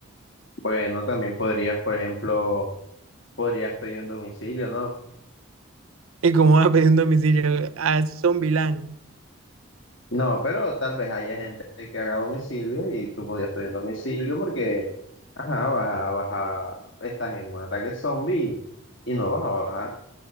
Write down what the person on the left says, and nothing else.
Bueno, también podrías, por ejemplo, podrías pedir un domicilio, ¿no?
No, pero tal vez haya gente que haga domicilio y tú podías pedir domicilio porque, ajá, vas a, vas a- estás en un ataque zombie y, y no vas a bajar.